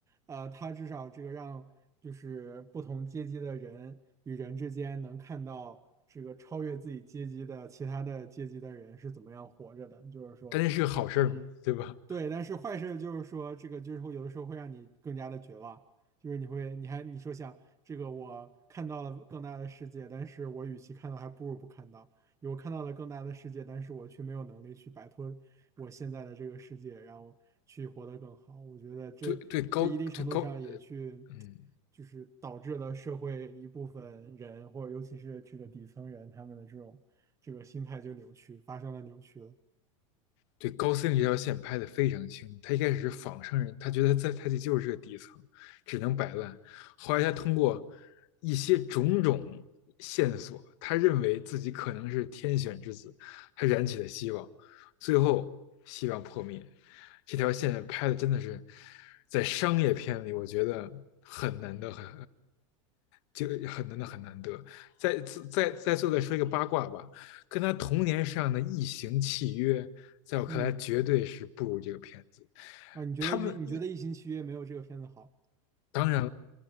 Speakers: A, on the right; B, on the left.
A: 呃，它至少这个让就是不同阶级的人与人之间能看到这个超越自己阶级的其他的阶级的人是怎么样活着的，就是说我可以，
B: 但这是个好事儿吗？对吧？
A: 对，但是坏事就是说这个就是会有的时候会让你更加的绝望。就是你会，你还你说想这个，我看到了更大的世界，但是我与其看到，还不如不看到。我看到了更大的世界，但是我却没有能力去摆脱我现在的这个世界，然后去活得更好。我觉得这这一定程度上也去
B: 对对高对高，嗯。
A: 就是导致了社会一部分人，或者尤其是这个底层人，他们的这种这个心态就扭曲，发生了扭曲了。
B: 对高司令这条线拍得非常清楚。他一开始是仿生人，他觉得在他自己就是这个底层，只能摆烂。后来他通过一些种种线索，他认为自己可能是天选之子，他燃起了希望，最后希望破灭。这条线拍的真的是在商业片里，我觉得很难得，很就就很难得，很难得。再再再最后再说一个八卦吧，跟他同年上的《异形契约》，在我看来绝对是不如这个片子。
A: 嗯，啊，你觉得《与你觉得《异形契约》没有这个片子好？
B: 他们当然。